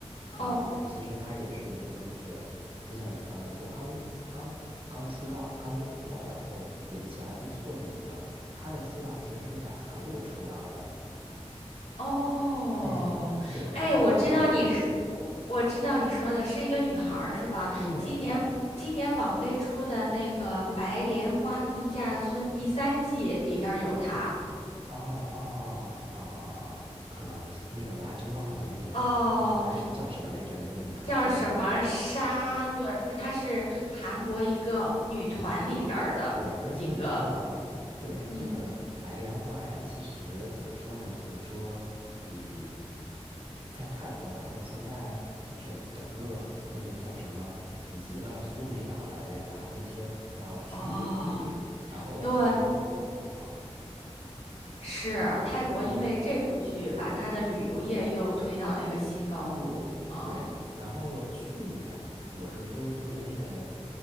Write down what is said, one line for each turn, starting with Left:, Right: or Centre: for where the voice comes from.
Right: 嗯，
Left: 哦，
Right: 其实他也是一个，就是就像你刚才说，刚刚刚出道、刚火，然后人气还不错的一个。他的出道其实是在韩国出道的。
Left: 哦，
Right: 哎，对，
Left: 哎，
Right: 他在韩国拍戏。
Left: 我知道你是我，我知道你说的是一个女孩儿是吧？
Right: 对，
Left: 今年今年网飞出的那个《白莲花度假村》第三季里边儿有她。
Right: 哦哦哦哦哦，可能那个我还真忘了那个那个叫叫什么来着？
Left: 哦，
Right: 那个女孩子的名字。
Left: 叫什么沙？对，她是韩国一个女团里边儿的一个，
Right: 对，而且你知道吗？对，
Left: 嗯，
Right: 这个白莲花呀，其实怎么说呢？就是说，嗯，在泰国，然后现在就是整个那个叫什么，普及了苏梅岛了，然后这些叫取景地，
Left: 哦，
Right: 然后其实都很火。
Left: 对，是泰国，
Right: 嗯，
Left: 因为这部剧把她的旅游业又推到了一个新高度。嗯
Right: 对。然后去年我是说，就是那个